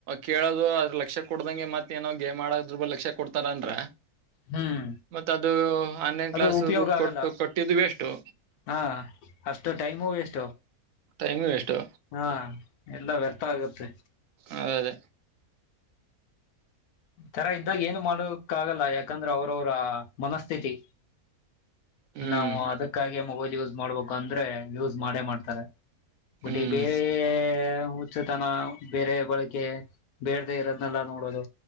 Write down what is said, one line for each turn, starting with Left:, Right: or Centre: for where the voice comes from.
Right: ಕೇಳೋದು ಅದ್ರ ಲಕ್ಷ ಕೊಡ್ದಂ ಮತ್ತ ಏನೋ ಗೇಮ್ ಆದ್ರು ಲಕ್ಷ ಕೊಡ್ತಾರ ಅಂದ್ರ
Left: ಹ್ಮ್
Right: ಮತ್ತ ಅದು ಆನ್ಲೈನ್
Left: ಅದು
Right: ಕ್ಲಾಸ್
Left: ಉಪಯೋಗ
Right: ದುಡ್ಡು
Left: ಆಗಲ್ಲ
Right: ಕೊಟ್ಟು ಕೊಟ್ಟಿದ್ದು ವೆಷ್ಟು
Left: ಹಾ ಅಷ್ಟ ಟೈಮು ವೇಸ್ಟ್
Right: ಟೈಮು ವೇಸ್ಟು
Left: ಹಾ ಎಲ್ಲ ವ್ಯರ್ಥ ಆಗುತ್ತೆ
Right: ಅದೇ ಅದೇ
Left: ತರ ಇದ್ದಾಗ ಏನು ಮಾಡಕ್ಕ ಆಗಲ್ಲ ಯಾಕಂದ್ರೆ ಅವ್ರವ್ರ ಮನಸ್ಥಿತಿ
Right: ಹ್ಮ್
Left: ನಾವು ಅದಕ್ಕಾಗಿ ಮೊಬೈಲ್ ಯೂಸ್ ಮಾಡ್ಬೇಕು ಅಂದ್ರೆ ಯೂಸ್ ಮಾಡೇ ಮಾಡ್ತಾರೆ ಮತ್ತೆ
Right: ಹ್ಮ್
Left: ತನ ಬೇರೆ ಬಳಕಗೆ ಬೇಡದೆ ಇರೋದ್ನೆಲ್ಲ ನೋಡೋದು